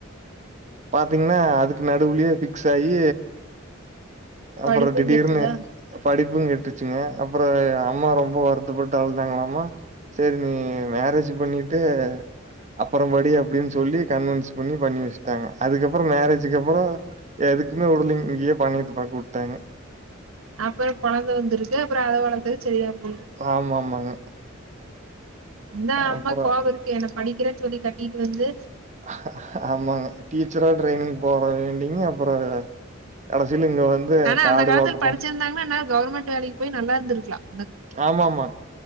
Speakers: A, on the right (about 35°); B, on the right (about 85°).
A: பாத்தீங்கன்னா அதுக்கு நடுவுலே பிக்ஸ் ஆயி அப்ரோ
B: படிப்பு
A: திடீர்னு
B: கெட்டுதா
A: படிப்ப கேட் ச்சங்க அப்ரோ அம்மா ரொம்ப வருத்தப்பட்டு அழுதாங்களமா சேரி நீ மேரேஜ் பண்ணிட்டு அப்ரம் படி அப்படின்னு சொல்லி கன்வின்ஸ் பண்ணி பண்ணி வச்சு டாங்க அதுக்கப்ரோ மேரேஜக்கு அப்ரோ எதுக்குமே உடுலைங் இங்கேயே பண்ணயத்த பாக்க விட்டாங்க
B: அப்ரோ குழந்த வந்துருக்கு அப்ரோ அத வளர்த்து சரியா போ
A: ஆமா ஆமாங்க
B: இந்தா அம்மா
A: அப்பறோ
B: கோபதுக்கு என்ன படிக்கிறேன்னு சொல்லி கட்டிட்டு வந்து
A: ஹா ஹா ஆமாங்க டீச்சரா ட்ரரைனிங் போற வேண்டிங்க அப்ரோ கடசில இங்க வந்து
B: ஆனா
A: காடு
B: அந்த காலத்துல
A: தோட்ட போ
B: படிச்சிருந்தாங்கன்னா நா கவர்மெண்ட் வேலைக்கு போய் நல்லாருந்திருக்கலாம்
A: ஆமாமா